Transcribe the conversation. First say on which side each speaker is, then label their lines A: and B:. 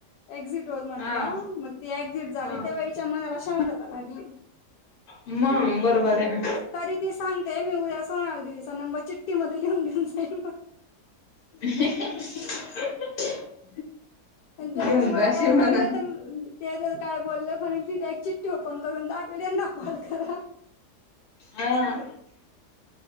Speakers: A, on the left (about 85°); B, on the left (about 65°).
A: एक्झिट हो म्हटलं
B: हा
A: मग ती एक्झिट झाली
B: ह
A: तेव्हा हिच्या मनाला शांतता लागली.
B: मग बरोबर हे ना
A: तरी ती सांगते मी उद्या सोनलदिदीचा नंबर चिट्टी मध्ये लिहून घेऊन जाईल म्हणू
B: <unintelligible>
A: जाते
B: घेऊन
A: मला
B: जाशील
A: काय
B: म्हणा
A: बोलले तर ते जर काय बोलले तर <unintelligible> ओपन करून दाखवेल यांना कॉल करा
B: हां